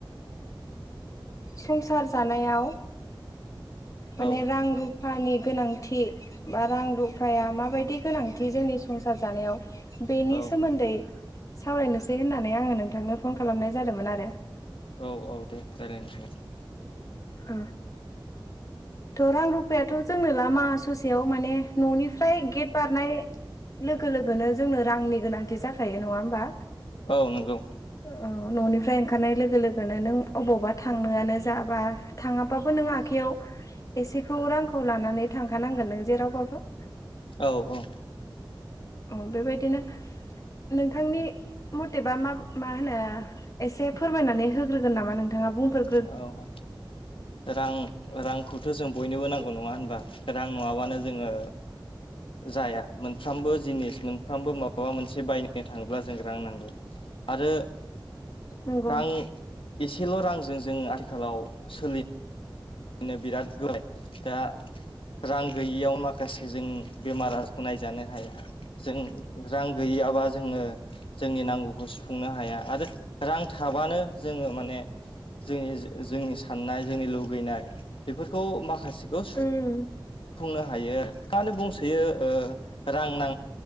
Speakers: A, on the left; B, on the left.
A: संसार जानायाव माने
B: औ
A: रां रुप रुफानि गोनांथि बा रां रुफाया माबायदि गोनांथि जोंनि संसार जानायाव बेनि
B: औ
A: सोमोन्दै सावरायनोसै होननानै आङो नोंथांनो फन खालामनाय जादोंमोन आरो
B: औ औ दे रायज्लायनो हागोन
A: अ थ' रां रुफायाथ' जोंनो लामा ससेयाव माने न'निफ्राय गेट बारनाय लोगो लोगोनो जोंनो रांनि गोनांथि जाखायो नङा होमबा
B: औ नंगौ
A: औ न'निफ्राय ओंखारनाय लोगो लोगोनो नों अबावबा थांनोआनो जाबा थाङाबाबो नों आखाइयाव एसेखौ रांखौ लानानै थांखानांगोन नों जेरावबाबो
B: औ औ
A: औ बेबायदिनो नोंथांनि मथेबा मा मा होनो एसे फोरमायनानै होग्रोगोन नामा नोंथाङा बुंफोर
B: औ रां रांखौथ' जों बयनोबो नांगौ नङा होनबा रां नङाबानो जोङो जाया मोनफ्रोमबो जिनिस मोनफ्रामबो माबा मोनसे बायनो थाङोब्ला जों रां नांगौ आरो
A: नंगौ
B: रां एसेल' रांजों जोङो आथिखालाव सोलिनो नो बिरादलाय दा रां गैयियाव माखासे जों बेमार आजारखौ नायजानो हाया जों रां गैयियाबा जोङो जोंनि नांगौखौ सुफुंनो हाया आरो रां थाबानो जोङो माने जोंनि जोंनि साननाय जोंनि लुगैनाय बेफोरखौ माखासे खौफुंनो
A: उम
B: हायो माानो बुंसोयो ओ रांना